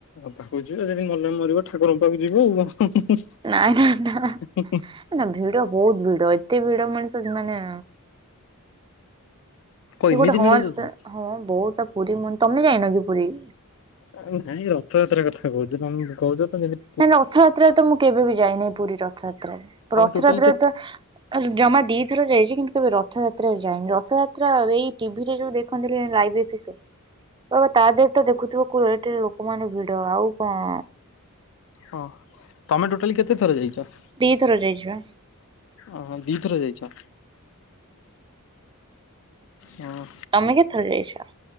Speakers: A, on the left; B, on the right.
A: ଅଧା <unintelligible> ଯଦି ମଲେ ମରିବ। ଠାକୁରଙ୍କ ପାଖକୁ ଯିବ ଆଉ ହୁଁ ହୁଁ ହୁଁ।
B: ନାଇଁ ନା ନା ନା ଭିଡ଼ ବହୁତ୍ ଭିଡ଼ ଏତେ ଭିଡ଼ ମଣିଷ ମାନେ
A: କଣ
B: ସେ
A: ଏମିତି
B: ଗୋଟେ ହଁ
A: ଭିଡ ଯେ
B: ତ
A: ଯିବ
B: ହଁ ବହୁତ୍ ପୁରୀ ମ ତମେ ଜାଇନକି ପୁରୀ?
A: ଆ ନାଇଁ ରଥଯାତ୍ରା କଥା କହୁଚି ତମେ କହୁଛତ ଯେମି
B: ନାଇଁ ରଥଯାତ୍ରାରେତ ମୁଁ କେବେବି ଯାଇନି ପୁରୀ ରଥଯାତ୍ରାରେ
A: ତମେ
B: ରଥଯାତ୍ରାରେତ
A: ଟୋଟାଲି କେତେ
B: ଅ ଜମା ଦିଥର ଯାଇଚି କିନ୍ତୁ କେବେ ରଥଯାତ୍ରା ଯାଇନି ରଥଯାତ୍ରା ଏଇ ଟିଭିରେ ଯୋଉ ଦେ ଖନ୍ତିରେ ଲାଇଫ୍ ଏପିଶୋ ବ ତା ଦେହତ ଦେଖୁଥିବ କୋ ଏଠି ଲୋକମାନେ ଭିଡ଼ ଆଉ କଣ
A: ହଁ ତମେ ଟୋଟାଲି କେତେ ଥର ଯାଇଚ?
B: ଦିଥର ଯାଇଚିବା।
A: ଓହୋ ଦିଥରେ ଯାଇଚ। ହଁ।
B: ତମେ କେତ ଥର ଯାଇଚ?